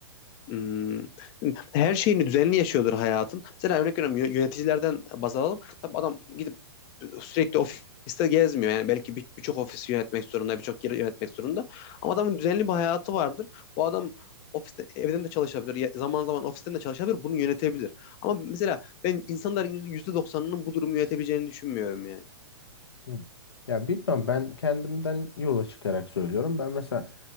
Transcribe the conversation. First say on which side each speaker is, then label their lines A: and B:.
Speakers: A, on the left; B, on the left.
A: Hmm. Her şeyini düzenli yaşıyordur hayatın. Mesela örnek veriyorum yö- yöneticilerden baz alalım. Tabii adam gidip sürekli ofiste gezmiyor. Yani belki bir- birçok ofisi yönetmek zorunda, birçok yeri yönetmek zorunda. Ama adamın düzenli bir hayatı vardır. Bu adam ofiste evden de çalışabilir. ya- Zaman zaman ofisten de çalışabilir. Bunu yönetebilir. Ama mesela ben insanların yüzde doksanının bu durumu yönetebileceğini düşünmüyorum yani.
B: Hı. Ya bilmiyorum ben kendimden yola çıkarak söylüyorum. Ben mesela